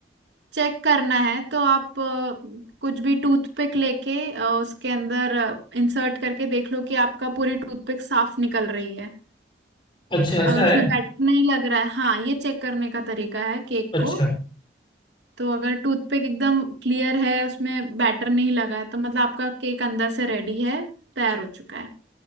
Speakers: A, on the right; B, on the left.
A: चेक करना है तो आप अ, कुछ भी टूथपिक लेके अ, उसके अंदर इंसर्ट करके देख लो कि आपका पूरी टूथपिक साफ निकल रही है
B: अच्छा ऐसा
A: अगर उसमें
B: है
A: बैटर नहीं लग रहा है हाँ ये चेक करने का तरीका है केक
B: अच्छा
A: को तो अगर टूथपिक एकदम क्लियर है उसमें बैटर नहीं लगा है तो मतलब आपका केक अंदर से रेडी है तैयार हो चुका है